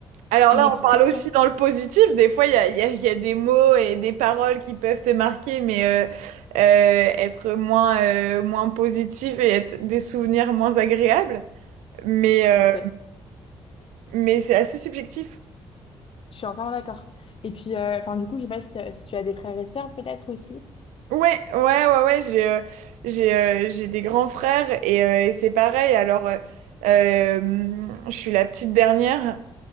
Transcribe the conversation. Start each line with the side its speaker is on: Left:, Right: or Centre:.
Right: Alors
Left: une
Right: là,
Left: expression,
Right: on parle aussi dans le positif. Des fois, il y a, il y a, il y a des mots et des paroles qui peuvent te marquer, mais euh, euh, être moins, euh, moins positif et être des souvenirs moins agréables. Mais,
Left: tout
Right: euh,
Left: à fait.
Right: Mais c'est assez subjectif.
Left: Je suis entièrement d'accord. Et puis, euh, enfin, du coup, je sais pas si, t'as- si tu as des frères et sœurs peut-être aussi.
Right: Ouais, ouais, ouais, ouais, j'ai euh, j'ai euh, j'ai des grands frères et, euh, et c'est pareil. Alors, euh, euh, je suis la petite dernière